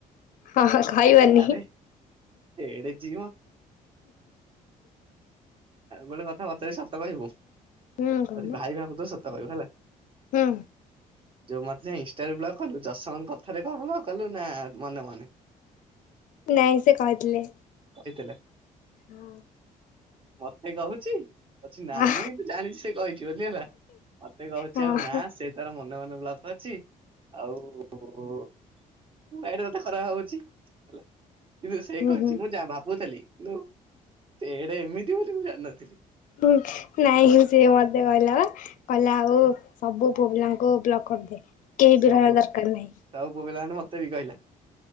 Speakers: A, on the left; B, on the right.
A: ହଁ ହଁ କହିବନି।
B: ଆରେ ଏଡେ ଝିଅ ଗୋଟେ କଥା ପଚାରିବି ସତ କହିବୁ ଯଦି
A: ହୁଁ କହୁନ
B: ଭାଇ ଭାବୁଥୁବୁ ସ ତ କହିବୁ ହେଲା।
A: ହୁଁ
B: ଯୋଉ ମତେ ଯୋଉ ଇନ୍ଷ୍ଟାରୁ ବ୍ଲକ କଲୁ ଯସନ୍ କଥାରେ <unintelligible> କଲୁ ନା ମନେ ମନେ?
A: ନାଇଁ ସେ କହିଥିଲେ।
B: <unintelligible>
A: ହଁ
B: ମତେ କହୁଛି ଅଛି ନା
A: ହଁ
B: ମୁଁ ବି ତୁ ଜାଣିଛି ସେ କହିଛି ବୋଲି ହେଲା, ମତେ କହୁଛି
A: ହଁ
B: ଆଉ ନା ସେ ତାର ମନେ ମନେ <unintelligible> ଆଉ ବାଇଟା କେତେ ଖରାପ ଭାବୁଛି ହେଲା। କିନ୍ତୁ ସେ
A: ହୁଁ
B: କହିଛି,
A: ହୁଁ।
B: ମୁଁ ଯା ଭାବୁଥିଲି, କିନ୍ତୁ ସେ ଏଇଡେ ଏମିତି ବୋଲି ମୁଁ ଜାଣିନଥିଲି।
A: ହ ନାଇଁ ସିଏ ମତେ କହିଲା ବା କହିଲ ଆଉ, ସବୁ ପବିଲାଙ୍କୁ ବ୍ଲକ୍ କରିଦିଏ, କେହି
B: ସବୁ
A: ବି ରହିବା
B: ପୁଅ
A: ଦରକାର ନାହିଁ।
B: ସବୁ ପୁଅ ପିଲା ମାନେ ମତେ ବି କହିଲେ।